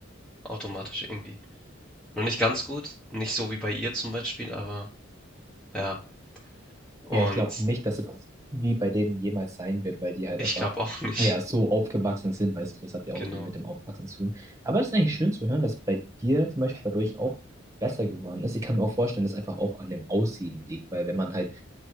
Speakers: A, in the centre; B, on the right.
A: Automatisch irgendwie. Noch nicht ganz gut, nicht so wie bei ihr zum Beispiel, aber ja. Und
B: Ja, ich glaube nicht, dass es wie bei denen jemals sein wird, weil die halt
A: ich
B: einfach,
A: glaube auch <laughs> nicht.
B: ja, so aufgewachsen sind, weißt du, das hat ja
A: Genau,
B: auch viel mit dem Aufwachsen zu tun. Aber es ist eigentlich schön zu hören, dass bei dir zum Beispiel dadurch auch besser geworden ist. Ich kann mir auch vorstellen, dass es einfach auch an dem Aussehen liegt, weil wenn man halt